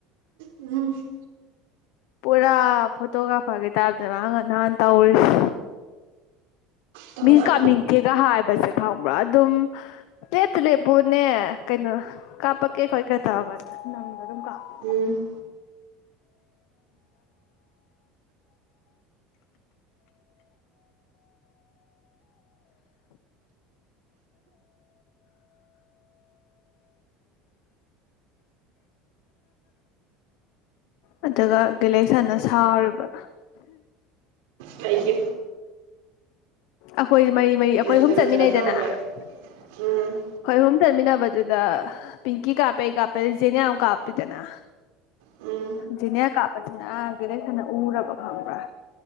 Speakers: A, on the right; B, on the left.
A: ꯎꯝ <inaudible>
B: ꯄꯨꯔꯥ ꯐꯣꯇꯣꯒ꯭ꯔꯥꯐꯔꯒꯤ ꯇꯥꯏꯞꯇ ꯃꯥꯉ ꯅꯍꯥꯟ ꯇꯧꯔꯤꯁꯦ
A: ꯇꯧꯕ
B: ꯃꯤ ꯀꯃꯤ ꯊꯦ <unintelligible> ꯍꯥꯏꯕꯁꯦ ꯈꯪꯕ꯭ꯔꯥ ꯑꯗꯨꯝ ꯇꯦꯠ ꯇꯨꯂꯦꯠꯄꯨꯅꯦ ꯀꯩꯅꯣ ꯀꯥꯞꯄꯛꯀꯦ ꯈꯣꯠꯀꯦ ꯇꯥꯒꯅ ꯅꯝꯗꯅꯥ ꯑꯗꯨꯝ ꯀꯞꯄꯦ
A: ꯎꯝ
B: ꯑꯗꯨꯒ ꯒꯦꯂꯦꯛꯁꯟꯅ ꯁꯥꯎꯔꯤꯕ
A: ꯀꯩꯒꯤ
B: ꯑꯈꯣꯏ ꯃꯔꯤ ꯃꯔꯤ ꯑꯩꯈꯣꯏ ꯑꯍꯨꯝ
A: ꯆꯒꯠ
B: ꯆꯠꯃꯤꯟꯅꯩꯗꯅ
A: ꯆꯒꯠ ꯇꯧꯈ꯭ꯔꯦ
B: ꯑꯩꯈꯣꯏ
A: ꯎꯝ
B: ꯑꯍꯨꯝ ꯆꯠꯃꯤꯟꯅꯕ ꯑꯗꯨꯗ ꯄꯤꯡꯀꯤ ꯀꯥꯞꯄꯦ ꯑꯩ ꯀꯥꯞꯄꯦ ꯖꯦꯅꯤꯌꯥꯃꯨꯛ ꯀꯥꯞꯄꯤꯗꯅ
A: ꯎꯝ
B: ꯖꯦꯅꯤꯌꯥ ꯀꯥꯞꯄꯁꯤꯅ ꯕꯦꯂꯦꯟꯁꯤꯅ ꯎꯔꯕ ꯈꯪꯕ꯭ꯔꯥ